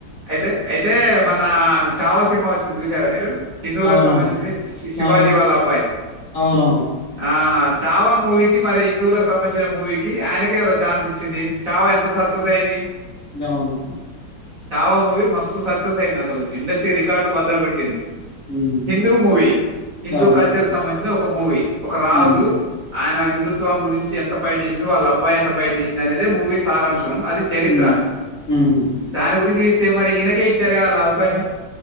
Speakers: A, on the right; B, on the left.
A: అయితే అయితే మొన్నా అది ఛావా సినిమా వచ్చింది చూశారా మీరు. హిందువులక్
B: అవునవును.
A: సంబంధించింది, శివాజీ
B: అవు
A: వాళ్ళ అబ్బాయి
B: అవునవును.
A: ఆ ఛావా మూవీకి మరీ హిందువుల సంబంధించిన మూవీకీ, ఆయనకే ఒక ఛాన్స్ ఇచ్చిందీ. ఛావా ఎంత సక్స్ సక్సెస్ అయ్యిందీ.
B: డౌను
A: ఛావా మూవీ మస్తు సక్సెస్ అయింది అసలు. ఇండస్ట్రీ రికార్డులు బద్దలు కొట్టింది.
B: హ్మ్.
A: హిందూ మూవీ. హిందూ
B: అవును.
A: కల్చర్ సంబంధించిన ఒక్ ఒక మూవీ ఒక రాజు
B: హ్మ్.
A: ఆయన ప్రభుత్వం గురించి ఎంత ఫైట్ చేసింది వాళ్ళ అబ్బాయి ఎ ఫైట్ చేసింది అనేది మూవీ సారాంశం అది చరిత్ర
B: హ్మ్. హ్మ్.
A: దానీ గురించి మరి ఈనక ఇచ్చారు క అలా అవకాశం